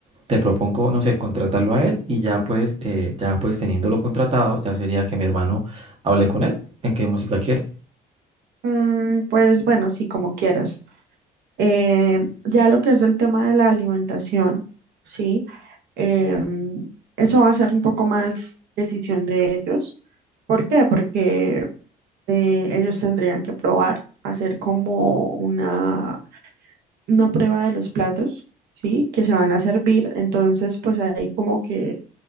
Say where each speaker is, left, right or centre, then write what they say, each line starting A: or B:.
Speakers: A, on the right (about 35°); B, on the right (about 75°).
A: te propongo, no sé, contratarlo a él y ya pues, eh, ya pues teniéndolo contratado, ya sería que mi hermano hable con él en qué música quiere.
B: Mm, pues bueno, sí, como quieras. Eh, ya lo que es el tema de la alimentación, sí. Eh, Eso va a ser un poco más decisión de ellos. ¿Por qué? Porque eh, ellos tendrían que probar, hacer como una, una prueba de los platos, ¿sí? Que se van a servir. Entonces, pues ahí como que